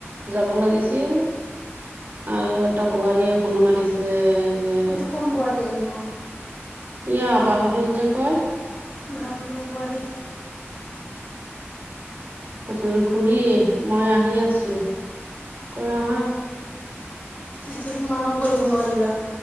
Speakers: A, on the right; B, on the left.
A: যাব লাগিছিল। আৰু এটা বোৱাৰীয়ে ফোন মাৰিছে। যে,
B: এইটো কোন বোৱাৰী আহিব
A: ই বাহৰল যে কয়।
B: ভাদলপ বোৱাৰী।
A: কথানো খুৰী মই আহি আছো, কৈ আহা।
B: এতিয়া তো মানাও কৰিব নোৱাৰিবা।